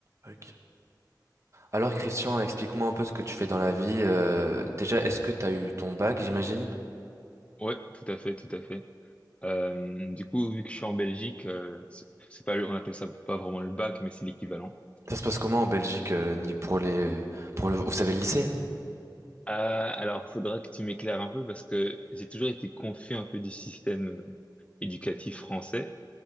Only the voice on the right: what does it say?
Ok. Alors Christian, explique-moi un peu ce que tu fais dans la vie. euh, déjà, est-ce que tu as eu ton bac, j'imagine?
Ça se passe comment en Belgique euh, ni pour les pour le vous avez le lycée?